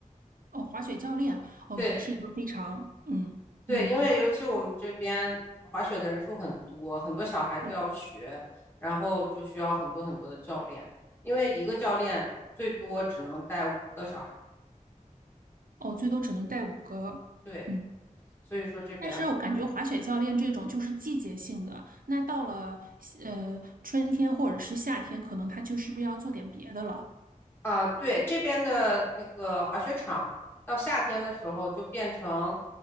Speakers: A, on the right; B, on the left.
A: 哦，滑雪教练哦，
B: 对
A: 也是一个非常嗯嗯
B: 对，因嗯为尤其我们这边滑雪的人数很多，很多小孩子要学，
A: 对
B: 然后就需要很多很多的教练，因为一个教练最多只能带五个小孩。
A: 哦，最多只能带五个嗯，
B: 对，所以说这边很缺。
A: 但是我感觉滑雪教练这种就是季节性的，那到了呃春天或者是夏天，可能他就是不是要做点别的了？
B: 啊，对，这边的那个滑雪场，到夏天的时候就变成，